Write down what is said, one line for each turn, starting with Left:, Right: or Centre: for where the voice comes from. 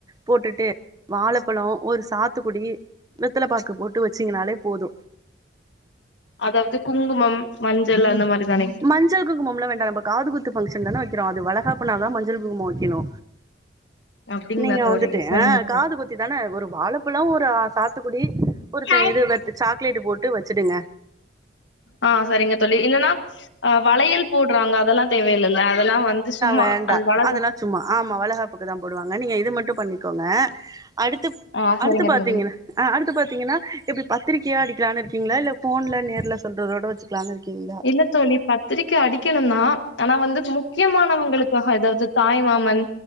Right: போட்டுட்டு வாழப்பழோ ஒரு சாத்துக்குடி வெத்தல பாக்கு போட்டு வெச்சிங்னாலே போது
Left: அதாவது குங்குமம் மஞ்சள் அந்த மாரி தானே
Right: மஞ்சள் குங்குமம்ல்லா வேண்டா நம்ப காது குத்து ஃபங்க்ஷன் தான வக்கிறோ அது வளகாப்புனாதா மஞ்சள் குங்குமம் வக்கெணு
Left: அப்டிங்களா
Right: நீங்க
Left: தோழி
Right: வந்துட்டு
Left: சரிங்க
Right: அ காது குத்தி தான ஒரு வாழப்பழோ ஒரு அ சாத்துக்குடி ஒருத்த
Left: தோழி
Right: இது வெத் சாக்லேட் போட்டு வெச்சுடுங்க
Left: ஆஹ் சரிங்க தோழி இல்லன்னா அஹ் வளையல் போடுறாங்க அதெல்லா தேவயில்லல அதெல்லா வந்து சும்மா
Right: வேண்டா
Left: அது வளக்கா
Right: அதெல்லா சும்மா ஆமா வளகாப்புக்கு தா போடுவாங்க நீங்க இது மட்டு பண்ணிக்கோங்க அடுத்துப்
Left: ஆ சரிங்க
Right: அடுத்து பாத்தீங்கன்னா
Left: தோழி
Right: அஹ் அடுத்து பாத்தீங்கன்னா எப்டி பத்திரிகையா அடிக்கலானு இருக்கீங்களா இல்ல ஃபோன்ல நேர்ல சொல்றதோட வெச்சுக்கலானு இருக்கீங்ளா
Left: இல்ல தோழி பத்திரிக்க அடிக்கணு தா ஆனா வந்து முக்கியமானவங்களுக்காக அதாது தாய்மாமன்